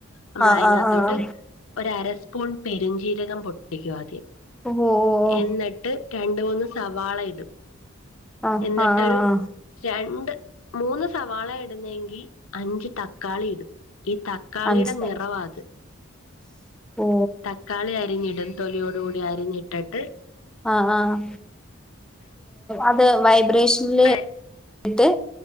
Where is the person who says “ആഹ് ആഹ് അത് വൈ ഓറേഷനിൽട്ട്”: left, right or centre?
Centre